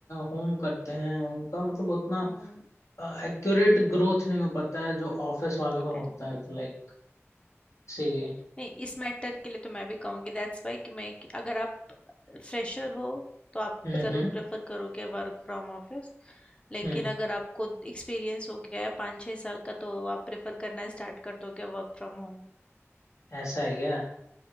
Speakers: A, on the left (about 70°); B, on the left (about 20°).
A: होम करते हैं उनका मतलब उतना
B: हुँ, हुँ,
A: एक्यूरेट ग्रोथ नहीं हो पाता है जो ऑफिस वालों का होता
B: करेक्ट
A: है तो लाइक इसीलिए
B: नहीं इस मैटर के लिए तो मैं भी कहूँगी दैट्स वाई कि मैं कि अगर आप फ्रेशर हो तो आप
A: हम्म
B: ज़रूर
A: हम्म
B: प्रेफर करोगे वर्क फ्रॉम ऑफिस लेकिन
A: हम्म
B: अगर आपको एक्सपीरियंस हो गया है पाँच छः साल का तो आप प्रेफर करना स्टार्ट कर दोगे वर्क फ्रॉम होम
A: ऐसा है क्या